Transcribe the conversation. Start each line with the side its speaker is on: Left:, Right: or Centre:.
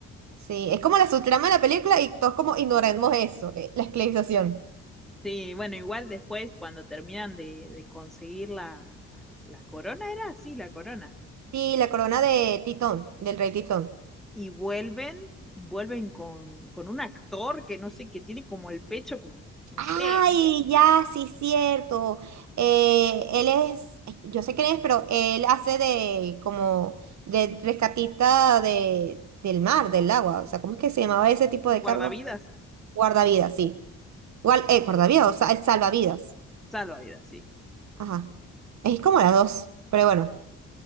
Right: Sí, es como la subtrama de la película y todos como ignoremos eso, eh, la esclavización.
Centre: sí, bueno, igual después cuando terminan de, de conseguir la, la corona, era así, la corona.
Right: Y la corona de Titón, del rey Titón.
Centre: Y vuelven, vuelven con, con un actor que no sé, que tiene como el pecho, como, no
Right: Ay,
Centre: sé,
Right: ya, sí, cierto. Eh, él es, ay, yo sé quién es, pero él hace de como de rescatista de, del mar, del agua. O sea, ¿cómo es que se llamaba ese tipo
Centre: guardavidas,
Right: de cargo? Guardavidas, sí. Guar- eh, guardavidas, o sea, es salvavidas.
Centre: salvavidas, sí,
Right: Ajá. Es como las dos, pero bueno.